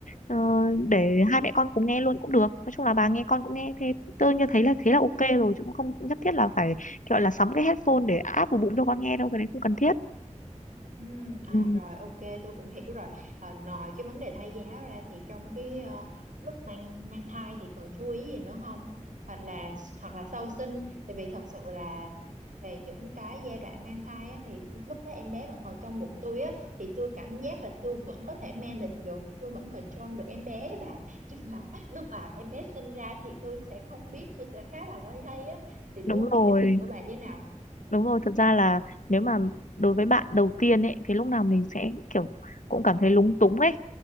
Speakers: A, on the left (about 80°); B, on the right (about 80°).
A: Ờ, để hai mẹ con cùng nghe luôn cũng được nói chung là bà nghe con cũng nghe thế tôi như thấy là thế là
B: Ừ.
A: ok rồi chứ cũng không cũng nhất thiết là phải kiểu gọi là sắm cái headphone để áp vào bụng cho con nghe đâu cái này không cần thiết
B: Ừ, à
A: ừ,
B: rồi ok tôi cũng hiểu rồi à, ngoài cái vấn đề thai giáo ra thì trong cái ờ, lúc mang mang thai thì còn chú ý gì nữa không hoặc là hoặc là sau sinh tại vì thật sự là về những cái giai đoạn mang thai á, thì lúc đó em bé vẫn còn trong bụng tôi á thì tôi cảm giác là tôi vẫn có thể manage được tôi vẫn control được em bé bà <laughs> nhưng mà lúc mà em bé sinh ra thì tôi sẽ không biết tôi sẽ khá là loay hoay á thì
A: đúng
B: tôi không biết
A: rồi
B: kinh nghiệm của bà như thế nào
A: Đúng rồi, thật ra là nếu mà đối với bạn đầu tiên ấy thì lúc nào mình sẽ kiểu cũng cảm thấy lúng túng ấy.